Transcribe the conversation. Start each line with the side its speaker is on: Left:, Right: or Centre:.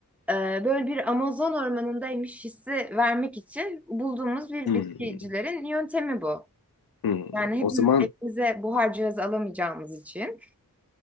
Centre: e, böyle bir Amazon ormanındaymış hissi vermek için bulduğumuz bir
Left: Hmm,
Centre: bitkicilerin yöntemi bu.
Left: hmm.
Centre: Yani
Left: O
Centre: hepimiz
Left: zaman
Centre: evimize buhar cihazı alamayacağımız için